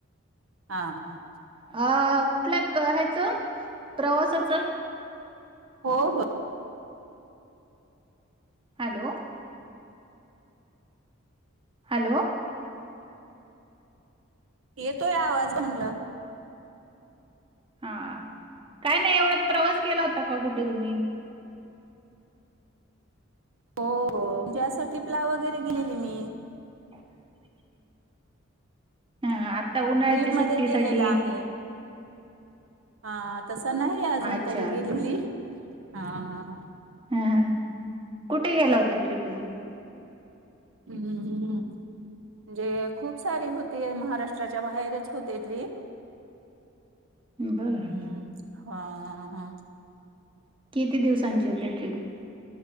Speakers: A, on the right; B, on the right.
A: हा हा
B: अ कुठल्या ह्याचं प्रवासाचं
A: हो हो
B: हॅलो हॅलो
A: येतोय आवाज म्हणल
B: हा काय नाही एवढा प्रवास केला होता का कुठे तुम्ही
A: हो म्हणजे अस ट प्ला वगैरे गेलेली मी
B: <inaudible> हा आता उन्हाळ्याची
A: ट्रीप
B: सुट्टीसाठी
A: मध्ये केलेला आहे हा तसं नाही अजून
B: अच्छा
A: तरी गेलेली हा
B: हा कुठे गेला होता ट्र्रीपला
A: हम् म्हणजे खूप सारे होते महाराष्ट्राच्या बाहेरच होते ट्रीिप
B: बरं
A: हम्म
B: बर
A: हा हा
B: किती दिवसांची होते ूप